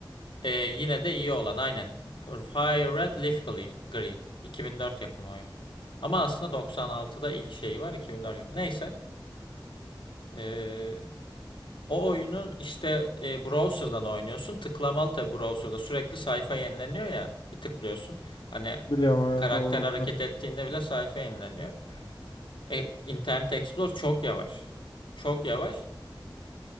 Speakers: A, on the left (about 80°); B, on the left (about 70°).
A: e, yine de iyi olan aynen. Fire Red Leaf Green. Green. 2004 yapımı oyun bu. Ama aslında 96'da ilk şeyi var 2004 yapımı. Neyse. Ee, o oyunun işte e, browser'dan oynuyorsun. Tıklamalı tabii browser'da sürekli sayfa yenileniyor ya. Bir tıklıyorsun. Hani
B: Biliyorum evet
A: karakter
B: o
A: hareket
B: tarz.
A: ettiğinde bile sayfa yenileniyor. E, Internet Explorer çok yavaş. Çok yavaş.